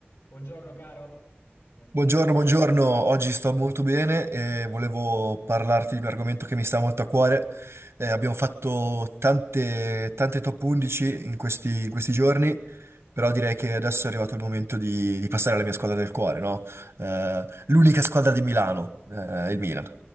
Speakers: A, on the left; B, on the right.
A: Buongiorno caro, come stai?
B: Buongiorno, buongiorno, oggi sto molto bene e volevo parlarti di un argomento che mi sta molto a cuore. Eh, abbiamo fatto tante, tante top 11 in questi, in questi giorni, però direi che adesso è arrivato il momento di, di passare alla mia squadra del cuore, no? Eh, l'unica squadra di Milano, eh, il Milan.